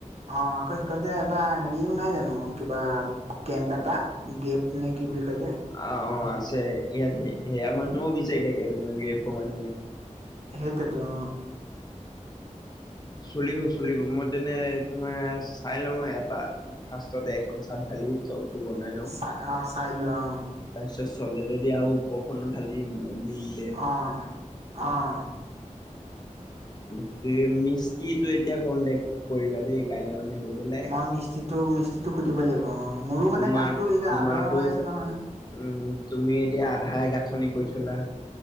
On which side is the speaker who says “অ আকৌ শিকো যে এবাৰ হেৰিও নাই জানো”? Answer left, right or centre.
Right